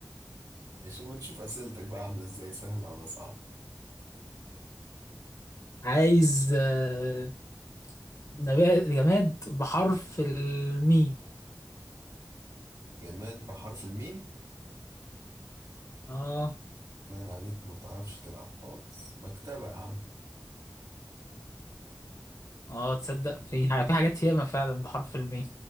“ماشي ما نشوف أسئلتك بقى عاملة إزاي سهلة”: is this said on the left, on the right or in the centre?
Right